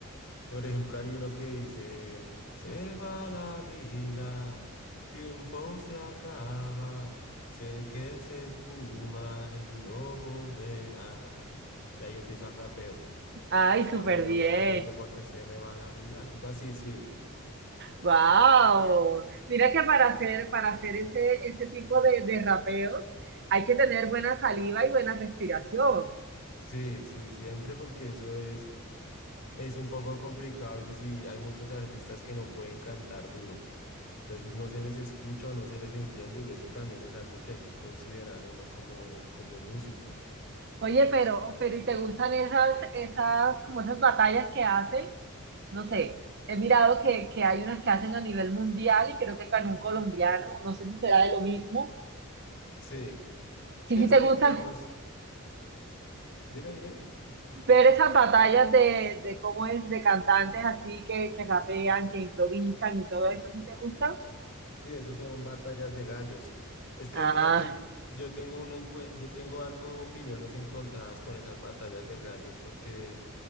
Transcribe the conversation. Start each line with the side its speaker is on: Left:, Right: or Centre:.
Left: Por ejemplo, hay uno que dice, se va la vida, tiempo se acaba, sé que se espuma y no volverá. Y ahí empieza el rapeo.
Right: Ay,
Left: Es camino
Right: súper bien.
Left: bien atento porque se me va la vida. Algo así, sí.
Right: Wow, mira que para hacer, para hacer ese, ese tipo de, de rapeos hay que tener buena saliva y buena respiración.
Left: Sí, sí, siempre porque eso es... Es un poco complicado, a veces sí hay muchos artistas que no pueden cantar duro, entonces no se les escucha o no se les entiende y eso también es algo que hay que considerar uno como, como músico.
Right: Oye, pero, pero ¿y te gustan esas, esas, como esas batallas que hacen? No sé, he mirado que, que hay unas que hacen a nivel mundial y creo que con un colombiano, no sé si será de lo mismo.
Left: Sí, sí,
Right: ¿Y si
Left: es
Right: te
Left: que
Right: gustan
Left: es, digamos, dime, dime,
Right: ver esas batallas de, de cómo es, de cantantes así que, que rapean, que improvisan y todo esto? ¿Sí te gustan?
Left: sí, eso son batallas de gallos. Es que
Right: Ah,
Left: mira que yo tengo, una encue- tengo algo, opiniones encontradas con esas batallas de gallos porque...